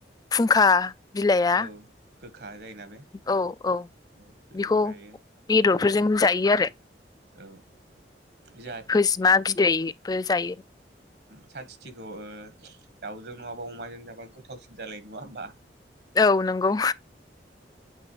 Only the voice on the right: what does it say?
औ गोखा जायोना बे
औ बेखौबो
जायो
औ जोंहा
सा सिथिखौ दाउजों नङाबा अमाजों जाबा गोथावसिन जालायो नङा होमबा।